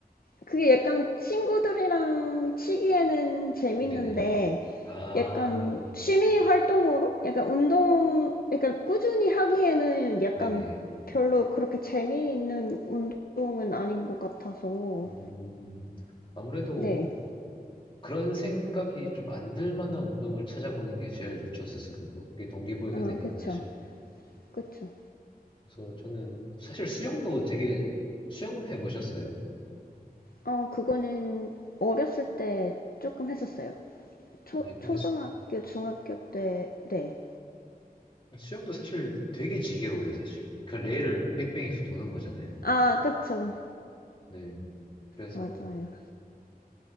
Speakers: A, on the left; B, on the left.
A: 그게 약간 친구들이랑 치기에는 재밌는데
B: 네네. 아,
A: 약간 취미 활동으로 약간 운동 약간 꾸준히 하기에는 약간
B: 네네.
A: 별로 그렇게 재미있는 운동은 아닌 것 같아서
B: 음, 아무래도
A: 네.
B: 그런 생각이 좀 안들 만한 운동을 찾아보는 게 제일 좋죠, 스스로도. 그게 동기부여가
A: 아,
B: 되니까,
A: 그쵸.
B: 사실.
A: 그쵸.
B: 그래서 저는, 사실 수영도 되게, 수영 해보셨어요?
A: 어, 그거는 어렸을 때 조금 했었어요. 초,
B: 네, 근데
A: 초등학교,
B: 수,
A: 중학교 때, 네.
B: 영도 사실 되게 지겨워요, 사실. 그 레일을 뺑뺑이에서 도는 거잖아요.
A: 아, 그쵸.
B: 네. 그래서,
A: 맞아요.